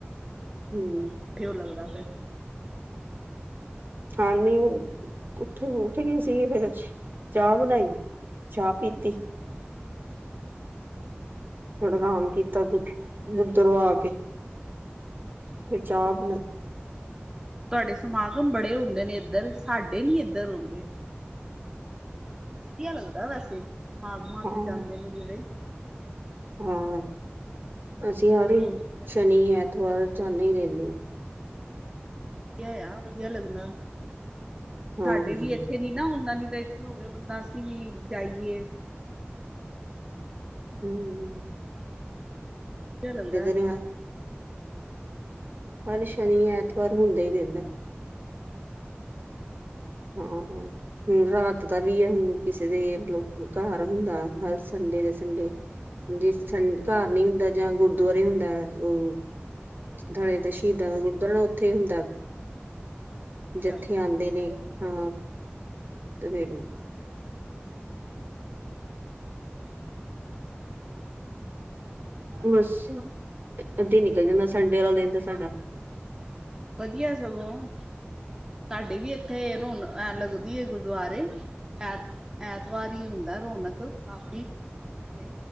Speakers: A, on the right (about 55°); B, on the right (about 15°).
A: ਹਮ
B: ਹੂੰ ਉੱਠੇ ਹੋ ਲੱਗਦਾ ਫੇਰ?
A: ਹਾਂ ਨੀ ਉਠ ਉਠ ਗਏ ਸੀਗੇ ਅਸੀਂ। ਚਾਅ ਬਣਾਈ ਚਾਅ ਪੀਤੀ।
B: ਅੱਛਾ ਜੀ।
A: ਫੇਰ ਥੋੜ੍ਹਾ ਰਾਮ ਕੀਤਾ ਓਦਰੋ ਆ ਕੇ।
B: ਹੂੰ
A: ਫਿਰ
B: ਵਧੀਆ
A: ਚਾਹ ਬਣਾਈ
B: ਆ, ਤੁਹਾਡੇ ਸਮਾਗਮ ਬੜੇ ਹੁੰਦੇ ਨੇ ਏਦਰ ਸਾਡੇ ਨੀ ਏਦਰ ਹੁੰਦੇ। ਵਧੀਆ ਲੱਗਦਾ ਵੈਸੇ ਸਮਾਗਮਾਂ
A: ਹਾਂ
B: ਤੇ ਜਾਂਦੇ ਨੇ ਜੇਹੜੇ।
A: ਹਾਂ ਅਸੀਂ
B: ਵਗੈਰਾ
A: ਹਰ,
B: ਸੁਣ ਕੇ ਆਈਦਾ
A: ਸ਼ਨੀ ਐਤਵਾਰ ਜਾਂਦੇ ਹੀ ਰੈਂਦੇ ਆ।
B: ਹੂੰ ਵਧੀਆ ਆ ਵਧੀਆ ਲੱਗਨਾ,
A: ਹਾਂ
B: ਸਾਡੇ
A: ਹਾਂ ਹਮ
B: ਵੀ ਏਥੇ ਨੀਂ- ਨਾ ਹੁੰਦਾ ਕੇਤੇ ਏਥੇ ਹੋਵੇ, ਬੰਦਾ ਅਸੀਂ ਵੀ ਜਾਈਏ।
A: ਹੂੰ।
B: ਵਧੀਆ ਲੱਗਦੈ,
A: ਨੇ ਹਾਂ,
B: ਹੂੰ।
A: ਹਰ ਸ਼ਨੀ ਐਤਵਾਰ ਹੁੰਦਾ ਈ ਰਈਦਾ।
B: ਅੱਛਾ ਅੱਛਾ।
A: ਹਾਂ-ਹਾਂ ਹੁਣ ਰਾਤ ਦਾ ਵੀ ਐ ਹੁਣ ਕਿਸੇ ਦੇ ਮਤਲਬ ਘਰ ਹੁੰਦਾ ਹਰ ਸੰਡੇ ਦੇ ਸੰਡੇ। ਜਿਸ ਸੰ
B: ਅੱਛਾ
A: ਘਰ ਨੀ ਹੁੰਦਾ ਜਾਂ ਗੁਰਦੁਆਰੇ ਹੁੰਦੈ ਓ ਨਾਲੇ ਤੇ ਸ਼ਹੀਦਾਂ
B: ਠੀਕ
A: ਦਾ ਗੁਰਦੁਆਰਾ ਨਾ ਓਥੇ ਹੁੰਦਾ,
B: ਅੱਛਾ-ਅੱਛਾ,
A: ਜੀਥੇ ਆਦੇ ਨੇ ਹਾਂ,
B: ਅੱਛਾ
A: ਤੇ ਫੇਰ
B: ਜੀ ਹੂੰ ਵਧੀਆ ਆ। <inaudible>
A: ਬਸ ਏਦਾਂ ਨਿਕਲ ਜਾਂਦਾ, ਸੰਡੇ ਵਾਲਾ ਦਿਨ ਤਾਂ ਸਾਡਾ।
B: ਵਧੀਆ ਸਗੋਂ, ਸਾਡੇ ਵੀ ਇੱਥੇ ਰੌਣਕ ਇਹ ਲੱਗਦੀ ਹੈ ਗੁਰਦੁਆਰੇ ਐਤ- ਐਤਵਾਰ ਹੀ ਹੁੰਦਾ ਰੌਣਕ ਕਾਫ਼ੀ ਤੇ